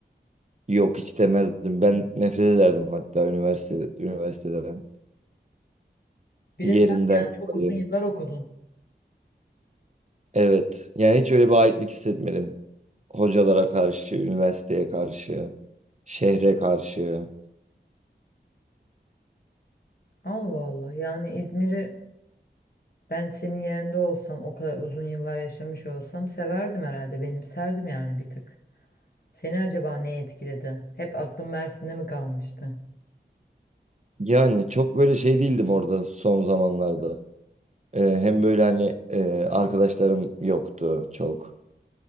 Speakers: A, on the right; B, on the left.
A: yok hiç demezdim. Ben nefret ederdim hatta üniversite üniversiteden.
B: Bir
A: Yerinden
B: de sen yani çok
A: dolayı.
B: uzun yıllar okudun.
A: Evet. Yani hiç öyle bir aitlik hissetmedim. Hocalara karşı, üniversiteye karşı, şehre karşı.
B: Allah Allah. Yani İzmir'i ben senin yerinde olsam o kadar uzun yıllar yaşamış olsam severdim herhalde. Benimserdim yani bir tık. Seni acaba ne etkiledi? Hep aklım Mersin'de mi kalmıştı?
A: Yani çok böyle şey değildim orada son zamanlarda. Ee, hem böyle hani e, arkadaşlarım yoktu çok.